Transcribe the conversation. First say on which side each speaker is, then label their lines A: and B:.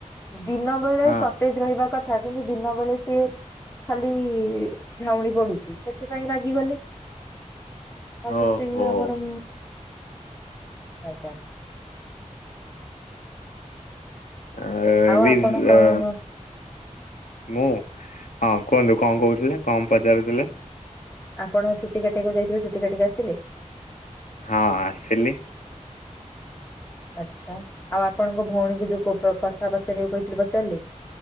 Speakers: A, on the left; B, on the left.
A: ଦିନ ବେଳେ
B: ହଁ
A: ସତେଜ ରହିବା କଥା କିନ୍ତୁ ଦିନ ବେଳେ ସିଏ ଖାଲି ଝାଉଁଳି ପଡୁଛି ସେଥିପାଇଁ ରାଗିଗଲେ। ଖାଲି
B: ଓ
A: ସେ
B: ହୋ
A: ଆମର ଆଜ୍ଞା
B: ଆ
A: ଆଉ
B: ରିଜ୍
A: ଆପଣ କଣ
B: ଆ ମୁଁ ହଁ କୁହନ୍ତୁ କଣ କହୁଥିଲେ କଣ ପଚାରୁଥିଲେ?
A: ଆପଣ ଚୁଟି କାଟିବାକୁ ଯାଇଥିଲେ ଚୁଟି କାଟିକି ଆସିଲେ?
B: ହଁ ଆସିଲି।
A: ଆଚ୍ଛା ଆଉ ଆପଣଙ୍କ ଭଉଣୀ କକୁ ଯୋଉ କଥା ପଚାରିଆକୁ କହିଥିଲି ପଚାରିଲେ?